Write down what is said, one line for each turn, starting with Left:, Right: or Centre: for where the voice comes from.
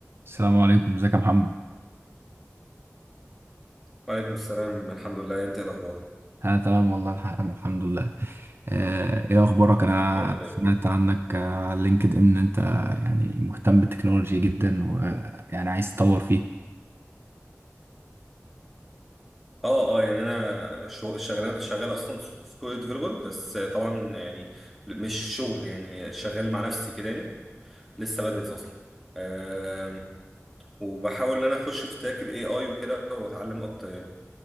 Right: السلام عليكم ازيك يا محمد
Centre: وعليكم السلام الحمد لله انت ايه الاخبار
Right: انا تمام والله الح- أنا الحمد لله آه، ايه اخبارك انا
Centre: يا رب دايما
Right: سمعت عنك آه، على لينكد ان انت يعني مهتم بالتكنولوجيا جدا ويعني عايز تطور فيه
Centre: اه اه يعني انا شو- شغال شغال اصلا سوفت وير ديفلوبر بس طبعا يعني مش شغل يعني شغال مع نفسي كده يعني لسه بدرس اصلا آم، وبحاول ان انا اخش في تراك الاي اي وكده واتعلم اكتر يعني